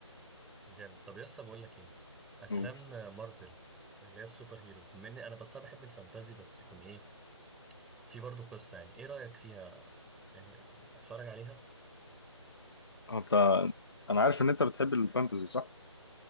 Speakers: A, in the centre; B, on the left.
A: جامد طب يا اسطى بقول لك ايه افلام
B: أوه.
A: مارفل اللي هي السوبر هيروز بما اني انا بس أنا بحب الفانتازي بس يكون ايه في برضه قصه يعني ايه رايك فيها يعني اتفرج عليها
B: انت انا عارف ان انت بتحب الفانتزي صح؟